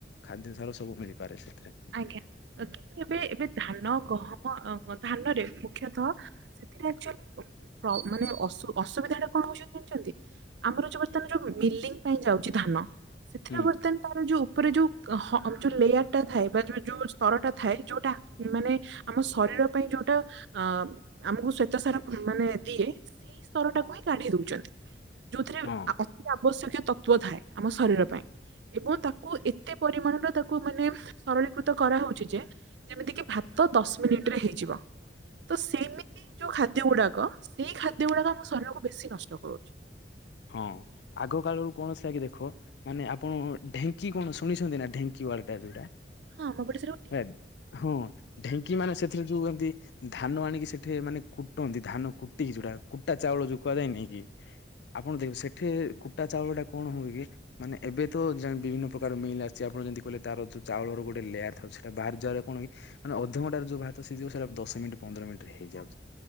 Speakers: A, on the left (about 70°); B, on the right (about 70°).
A: ଖାଦ୍ୟ ସାର ସବୁ ମିଳିପାରେ ସେଥିରେ।
B: ଆଜ୍ଞା କିନ୍ତୁ ଏବେ ଏବେ ଧାନ ଗହମ ଅଁ ଧାନରେ ମୁଖ୍ୟତଃ ସେଥିରେ ଆକଚୁଲିଆଲି ପ୍ର ମାନେ ଅସୁ ଅସୁବିଧା ଟା କଣ ହଉଛନ୍ତି ଜାଣିଛନ୍ତି। ଆମର ଯୋଉ ବର୍ତ୍ତମାନ ଯୋଉ ମିଲିଂ ପାଇଁ ଯାଉଛି ଧାନ। ସେଥିରେ
A: ହୁଁ
B: ବର୍ତ୍ତମାନ ତାର ଯୋଉ ଉପରେ ଯୋଉ ହ ଯୋଉ ଲେୟାର ଟା ଥାଏ ବା ଯୋଉ ଯୋଉ ସ୍ତରଟା ଥାଏ ଯୋଉଟା ମାନେ ଆମ ଶରୀର ପାଇଁ ଯୋଉଟା ଅଁ ଆମକୁ ଶ୍ଵେତ ସାର ମାନେ ଦିଏ ସେଇ ସ୍ତର ଟାକୁ ହିଁ କାଢି ଦଉଛନ୍ତି। ଯୋଉଥିରେ
A: ହଁ
B: ଆ ଅତି ଆବଶ୍ୟକ ତ ପୁଅ ଥାଏ ଆମ ଶରୀର ପାଇଁ ଏବଂ ତାକୁ ଏତେ ପରିମାଣର ତାକୁ ମାନେ ସରଳୀକୃତ କରାହଉଛି ଯେ ଯେମିତି କି ଭାତ ଦଶ ମିନିଟ ରେ ହେଇଯିବ। ତ ସେମିତି ଯୋଉ ଖାଦ୍ୟ ଗୁଡାକ ସେଇ ଖାଦ୍ୟ ଗୁଡାକ ଆମ ଶରୀରକୁ ବେଶୀ ନଷ୍ଟ କରୁଛି।
A: ହଁ ଆଗ କାଳରୁ କୌଣସି ଆଗେ ଦେଖ ମାନେ ଆପଣ ଢେଙ୍କି କଣ ଶୁଣିଛନ୍ତି ନାଁ ଢେଙ୍କି ୱାଡ ଟା ଯୋଉଟା।
B: ହଁ ଆମ ପଟେ ଢି
A: ଆ ହଁ ଢେଙ୍କି ମାନେ ସେଥିରେ ଯୋଉ ଏମତି ଧାନ ଆଣିକି ସେଠି ମାନେ କୁଟନ୍ତି ଧାନ କୁଟିକି ଯୋଉଟା କୁଟା ଚାଉଳ ଯୋଉ କୁହାଯାଏ ନାଇଁ କି। ଆପଣ ଦେଖ ସେଠି କୁଟା ଚାଉଳ ଟା କଣ ହୁଏ କି? ମାନେ ଏବେ ତ ଯା ବିଭିନ୍ନ ପ୍ରକାର ମିଲ୍ ଆସଛି ଆପଣ ଯେମିତି କହିଲେ ତାର ଯୋଉ ଚାଉଳର ଗୋଟେ ଲେୟାର ଥାଏ ସେଟା ବାହାରି ଯିବାରେ କଣ କି, ମାନେ ଅଧଘଣ୍ଟାରେ ଯଉ ଭାତ ସିଯିବ ସେଟା ଦଶ ମିନିଟ ପନ୍ଦର ମିନିଟ ହେଇଯାଉଛି।